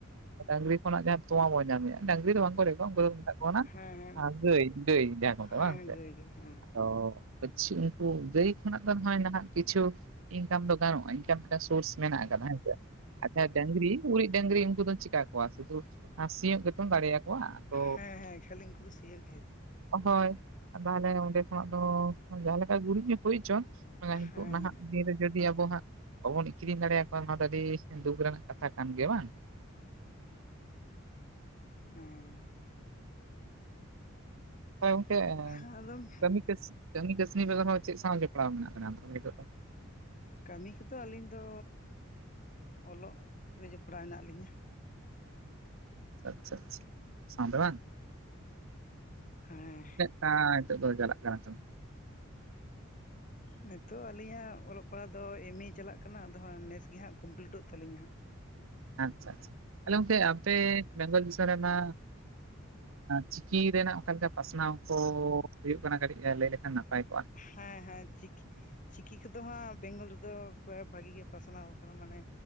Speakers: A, on the right (about 75°); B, on the left (about 40°).
A: ᱰᱟᱝᱨᱤ ᱠᱷᱚᱱᱟᱜ ᱡᱟᱦᱟᱸ ᱛᱳᱣᱟ ᱵᱚᱱ ᱧᱟᱢᱮᱜᱼᱟ, ᱰᱟᱝᱨᱤ ᱫᱚ ᱵᱟᱝ ᱠᱚ ᱞᱟᱹᱭ ᱠᱚᱣᱟ ᱩᱱᱠᱩ ᱫᱚ ᱢᱮᱛᱟᱜ ᱠᱚ ᱠᱟᱱᱟ,
B: ᱦᱮᱸ ᱦᱮᱸ
A: ᱟᱸ ᱜᱟᱹᱭ ᱜᱟᱹᱭ ᱡᱟᱸᱦᱟ ᱠᱚ ᱢᱮᱛᱟᱜ-ᱟ
B: ᱦᱮᱸ
A: ᱵᱟᱝ ᱥᱮ?
B: ᱜᱟᱹᱭ ᱜᱮ ᱦᱮᱸ
A: ᱚ, ᱟᱪᱪᱷᱟ ᱩᱱᱠᱩ ᱜᱟᱹᱭ ᱠᱷᱚᱱᱟᱜ ᱫᱚ ᱱᱚᱜ-ᱚᱭ ᱱᱟᱦᱟᱜ ᱠᱤᱪᱷᱩ ᱤᱱᱠᱟᱢ ᱫᱚ ᱜᱟᱱᱚᱜᱼᱟ, ᱤᱱ ᱠᱟᱢ ᱴᱟᱜ ᱥᱳᱨᱥ ᱢᱮᱱᱟᱜᱼᱟ ᱠᱟᱫᱟ ᱦᱮᱸ ᱥᱮ, ᱟᱪᱪᱷᱟ ᱰᱟᱝᱨᱤᱼᱼ ᱩᱨᱤᱡ ᱰᱟᱹᱝᱨᱤ ᱩᱱᱠᱩ ᱫᱚᱢ ᱪᱤᱠᱟ ᱠᱚᱣᱟ ᱥᱩᱫᱷᱩ ᱟ ᱥᱤᱭᱩᱜᱼᱼ ᱛᱚᱢ ᱫᱟᱲᱮᱭᱟ ᱠᱚᱣᱟ, ᱛᱚᱼᱼ
B: ᱦᱮᱸ ᱦᱮᱸ ᱠᱷᱟᱹᱞᱤ ᱩᱱᱠᱩ ᱫᱚ ᱥᱤᱭᱳᱜ ᱜᱮ
A: ᱚ ᱦᱳᱭ, ᱟᱫᱚ ᱟᱞᱮ ᱚᱸᱰᱮ ᱠᱷᱚᱱᱟᱜ ᱫᱚ ᱡᱟᱦᱟᱸ ᱞᱮᱠᱟ ᱜᱩᱨᱤᱡᱽ ᱜᱮ ᱦᱩᱭ ᱦᱚᱪᱚᱱ ᱢᱟᱱᱮ ᱦᱤᱛᱚᱜ
B: ᱦᱮᱸ
A: ᱱᱟᱦᱟᱜ ᱫᱤᱱ ᱨᱮ ᱡᱩᱫᱤ ᱟᱵᱚ ᱦᱟᱸᱜ, ᱵᱟᱵᱚᱱ ᱟᱠᱷᱤᱨᱤᱧ ᱫᱟᱲᱮᱭᱟ ᱠᱚᱣᱟ ᱱᱚᱣᱟ ᱫᱚ ᱟᱹᱰᱤ ᱫᱩᱠ ᱨᱮᱱᱟᱜ ᱠᱟᱛᱷᱟ ᱠᱟᱱ ᱜᱮᱭᱟ᱾ ᱵᱟᱝ?
B: ᱦᱮᱸ᱾
A: <unintelligible> ᱜᱚᱝᱠᱮᱻ
B: ᱦᱮᱸ ᱟᱫᱚᱢ
A: ᱠᱟᱹᱢᱤ ᱠᱟᱹᱥ, ᱠᱟᱹᱢᱤ ᱠᱟᱹᱥᱱᱤ ᱵᱮᱜᱚᱨ ᱦᱚᱸ ᱪᱮᱫ ᱥᱟᱶ ᱡᱚᱯᱲᱟᱣ ᱢᱮᱱᱟᱜ ᱵᱮᱱᱟ ᱛᱟᱦᱞᱮ ᱱᱤᱛᱚᱜ ᱫᱚ?
B: ᱠᱟᱹᱢᱤ ᱠᱚᱫᱚ ᱟᱹᱞᱤᱧ ᱫᱚ ᱚᱞᱚᱜ ᱨᱮ ᱡᱚᱯᱲᱟᱣ ᱦᱮᱱᱟᱜ ᱞᱤᱧᱟ᱾
A: ᱟᱪᱪᱷᱟ ᱟᱪᱷᱟ ᱥᱟᱸᱣᱛᱮ ᱵᱟᱝ?
B: ᱦᱮᱸ
A: ᱟᱸ ᱱᱤᱛᱚᱜ ᱫᱚ ᱪᱟᱞᱟᱜ ᱠᱟᱱᱟᱼᱼ
B: ᱱᱤᱛᱚᱜ ᱟᱹᱞᱤᱧᱟᱸᱜ ᱚᱞᱚᱜ ᱯᱟᱲᱦᱟᱜ ᱫᱚ ᱮᱢ ᱤ ᱪᱟᱞᱟᱜ ᱠᱟᱱᱟ ᱟᱫᱚ ᱦᱟᱸᱜ ᱱᱮᱥ ᱜᱮ ᱦᱟᱸᱜ ᱠᱚᱢᱯᱞᱤᱴᱚᱜ ᱛᱟᱹᱞᱤᱧᱟ ᱦᱟᱸᱜᱼᱼ
A: ᱟᱪᱪᱷᱟ ᱟᱪᱪᱷᱟ ᱛᱟᱞᱦᱮ ᱜᱚᱝᱠᱮ ᱟᱯᱮ ᱵᱮᱝᱜᱚᱞ ᱫᱤᱥᱚᱢ ᱨᱮᱢᱟᱼᱼ ᱪᱤᱠᱤ ᱨᱮᱱᱟᱜ ᱚᱠᱟ ᱞᱮᱠᱟ ᱯᱟᱥᱱᱟᱣ ᱠᱚ ᱦᱩᱭᱩᱜ ᱠᱟᱱᱟ ᱠᱟᱹᱴᱤᱡ ᱞᱟᱹᱭ ᱞᱮᱠᱷᱟᱱ ᱱᱟᱯᱟᱭ ᱠᱚᱜᱼᱟ?
B: ᱦᱮᱸ ᱦᱮᱸ ᱪᱤᱠᱼᱼ ᱪᱤᱠᱤ ᱠᱚᱫᱚ ᱦᱟᱸᱜ ᱵᱮᱝᱜᱚᱞ ᱨᱮᱫᱚᱵᱟ ᱵᱷᱟᱜᱤ ᱜᱮ ᱯᱟᱥᱱᱟᱣ ᱠᱟᱱᱟ ᱢᱟᱱᱮᱼᱼ